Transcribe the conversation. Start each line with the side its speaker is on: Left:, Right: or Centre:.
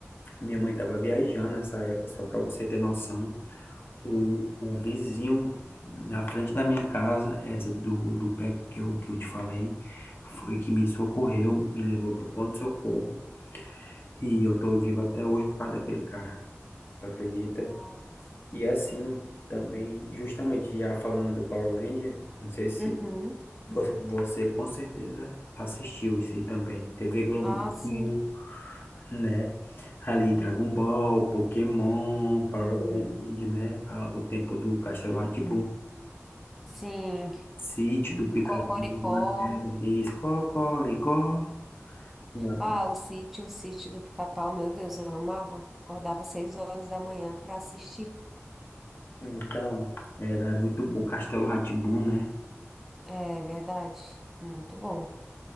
Left: minha mãe tava viajando nessa época, só pra você ter noção. O,
Centre: uhum,
Left: o vizinho na frente da minha casa, essa do, do PECA que eu, que eu te falei, foi que
Centre: sim,
Left: me socorreu, me levou para o ponto de socorro e eu tô vivo até hoje por causa daquele cara. Tu acredita?
Centre: nossa.
Left: E assim também, justamente já falando do Power Ranger, não sei se
Centre: Uhum.
Left: você, você com certeza assistiu isso aí também. TV Globinho,
Centre: Ah, sim.
Left: né? Ali Dragon Ball, Pokémon, Power
Centre: Uhum.
Left: Ranger, né? Ah, o tempo do Castelo rá tim
Centre: Sim.
Left: Sítio do Pica-Pau
Centre: do Cocoricó.
Left: Amarelo, isso, Cocoricó. Não.
Centre: Ah, o sítio, o sítio do Pica-Pau, meu Deus, eu amava. Acordava seis horas da manhã para assistir.
Left: Então, era muito bom, Castelo rá né?
Centre: É verdade. Muito bom.